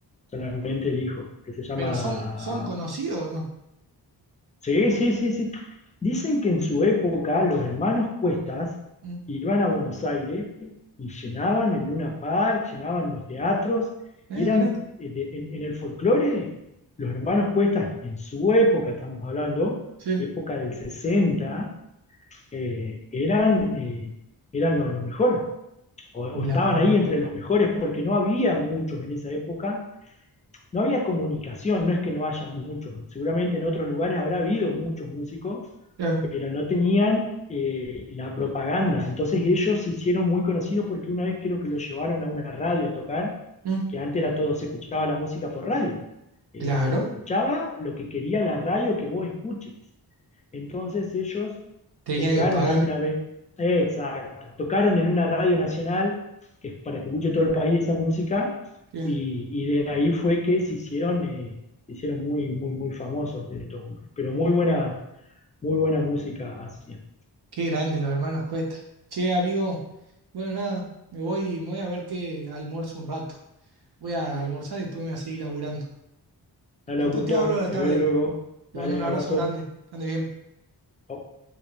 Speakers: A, on the left; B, on the right.
A: solamente el hijo, que se llama
B: pero son, son conocidos o no.
A: Sí, sí, sí, sí. Dicen que en su época los hermanos Cuestas
B: Mm.
A: iban a Buenos Aires y llenaban el Luna Park, llenaban los teatros,
B: Eh,
A: eran
B: mirá.
A: eh, de- en, en el folclore, los hermanos Cuestas en su época, estamos hablando,
B: Sí,
A: época del sesenta eh, eran, eh, eran lo, lo mejor, o, o
B: los
A: estaban
B: hermanos.
A: ahí entre los mejores porque no había muchos en esa época no había comunicación, no es que no haya muchos, seguramente en otros lugares habrá habido muchos músicos,
B: Claro,
A: pero no tenían eh, la propaganda. Entonces ellos se hicieron muy conocidos porque una vez creo que los llevaron a una radio a tocar,
B: mm,
A: que antes era todo, se escuchaba la música por radio. Eh,
B: claro,
A: se escuchaba lo que quería la radio que vos escuches. Entonces ellos
B: tenía
A: tocaron
B: que pagar.
A: ahí una vez, eh, exacto, tocaron en una radio nacional, que es para que escuche todo el país esa música,
B: Qué,
A: y, y de ahí fue que se hicieron, eh, se hicieron muy, muy, muy famosos de estos hombres. Pero muy buena, muy buena música hacían.
B: qué grande los hermanos Cuesta. Che, amigo, bueno, nada, me voy, me voy a ver que almuerzo un rato. Voy a almorzar y después me voy a seguir laburando.
A: Dale,
B: Después
A: Augusto,
B: te hablo a la
A: te
B: tarde.
A: veo luego.
B: Te
A: Dale,
B: mando un abrazo
A: abrazo.
B: grande. Que Ande bien.
A: Chau.